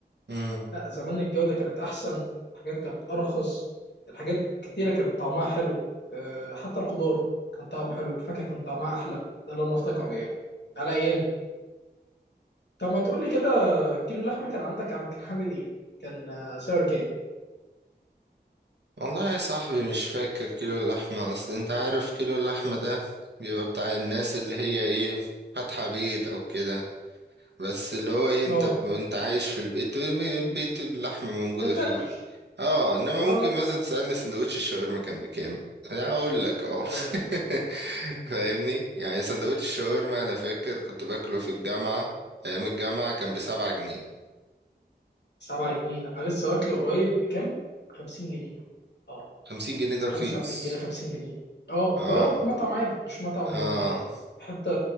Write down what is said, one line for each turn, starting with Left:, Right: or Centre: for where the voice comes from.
Right: امم
Left: لا زمان الجوده كانت احسن الحاجات كانت ارخص الحاجات كتيره كانت طعمها حلو أه حتى الخضار كان طعمه حلو الفاكهه كان طعمها احلى ده اللي انا افتكره يعني على ايامي طب ما تقول لي كده كيلو اللحمه كان عندك عم- كان عامل ايه كان آه، سعره كام
Right: والله يا صاحبي مش فاكر كيلو اللحمة اصل انت عارف كيلو اللحمة ده بيبقى بتاع الناس اللي هي ايه فاتحة بيت او كده بس اللي هو ايه انت
Left: اه
Right: انت عايش في البيت بيت اللحمة موجودة
Left: انت بتاكل
Right: فيه اه انما
Left: اه
Right: ممكن مثلا تسألني سندوتش الشاورما كان بكام انا اقول لك اه
Left: ايوه ايوه
Right: <laughs> فاهمني يعني سندوتش الشاورما انا فاكر كنت باكله في الجامعة ايام الجامعة كان بسبعة جنيه
Left: 7 جنيه انا لسه واكله قريب بكام 50 جنيه اه
Right: خمسين جنيه ده رخيص
Left: 45 جنيه 50 جنيه اه
Right: اه
Left: بلا مطعم عادي مش مطعم
Right: اه
Left: آه، حتة